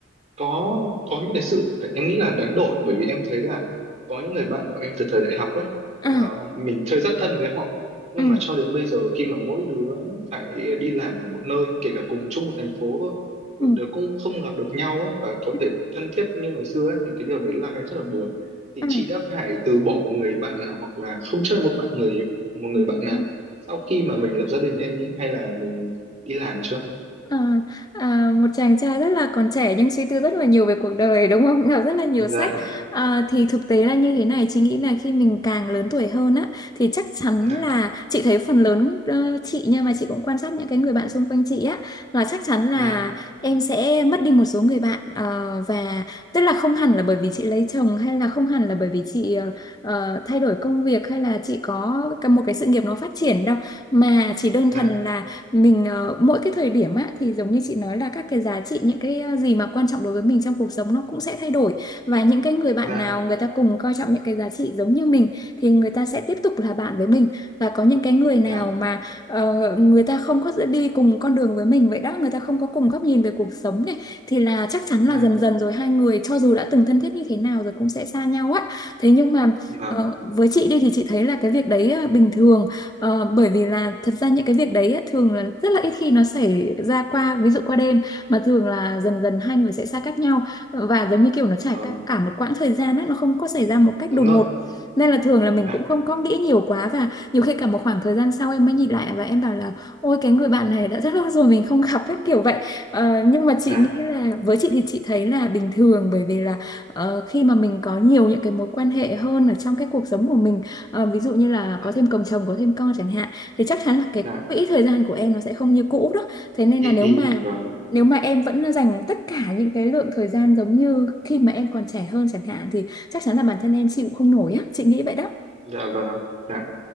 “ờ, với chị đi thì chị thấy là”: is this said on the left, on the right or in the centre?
Left